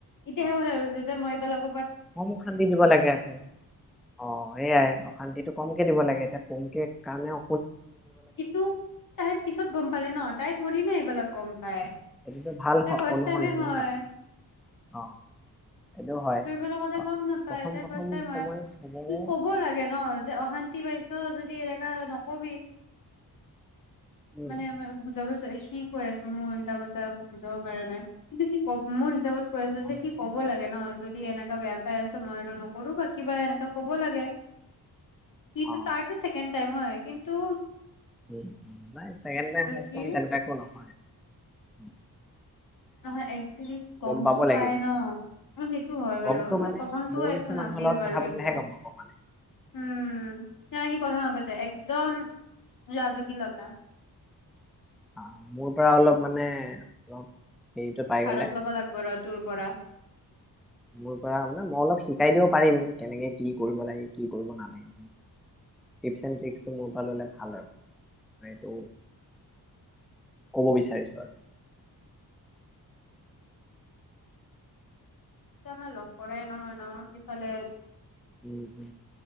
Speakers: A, on the left; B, in the centre.
A: এতিয়াাহে
B: অ,
A: কথা হৈছে যেতি মই এইবাৰক
B: কম অশান্তি দিব লাগে আ অ সয়াই অশান্তিটো কমকে দিব লাগে এতিয়া তেনেকে কাৰণেও
A: ইটো তাই পিছত গম পালে ন তাই থৰি না এইবিলাক গম পায়
B: এইটোতো ভাল
A: তাই
B: হ-
A: ফাষ্ট
B: অনুসন্ধান
A: টাইমে হয়।
B: ন এটা। অ সেইটো হয়।
A: ত এইবিলাক কথা গম নাপায়
B: প্ৰথম
A: তাই
B: প্ৰথম
A: ফাষ্ট টাইম হয়
B: সময় চবৰে
A: কি ক'ব লাগে ন যে অশান্তি পাইচো। যদি এনেকুৱা নকবি
B: উম
A: মানে মই বুজাব চাৰ সি কৈ আছো মোৰ উল্টা-পুল্টা একো বুজাব পৰা নাই কিন্তু সি ক মোৰ হিচাপত কৈ আছো
B: গম
A: যে সি
B: পাইছো
A: ক'ব লাগে ন, যদি কি এনেকা বেয়া পাই আছো মই আৰু নকৰো বা কিবা এনেকা ক'ব লাগে। সি তাৰ-তাৰটো
B: অ
A: ছেকেণ্ড টাইম হয়। কিন্তু তু
B: উম-উম, নাই চেকেন টাইম, ফাষ্ট
A: কি
B: টাইম তেনেযে একো নহয়। উম,
A: নহয় এটলিষ্ট গমতটো
B: পাব লাগিব
A: পাই ন সেইটো হয়
B: গমটো
A: বাৰু
B: মানে
A: প্ৰথমটোও
B: মোৰ নিচিনা
A: একো
B: মানুহৰ
A: নাছিল
B: লগত
A: বাৰু
B: কথা পাতিলেহে
A: একো,
B: গম পাব মানে
A: উম, ন সি কথা নাপাতে একদম লাজুকী লতা।
B: আহ, মোৰ পৰা অলপ মানে অলপ হেৰিটো পাই
A: ধাৰত
B: গ'লে
A: ল'ব লাগিব ৰ তোৰ পৰা।
B: মোৰ পৰা মানে মই অলপ শিকাই দিব পাৰিম কেনেকে কি কৰিব লাগে কি কৰিব নালাগে টিপছ এণ্ ট্ৰিকটো মোৰ পৰা ললে ভাল আৰু ম এইটো কব বিচাৰিছো আৰু।
A: তম লগ কৰেই নয়-নয়। থলে।
B: উ-উ,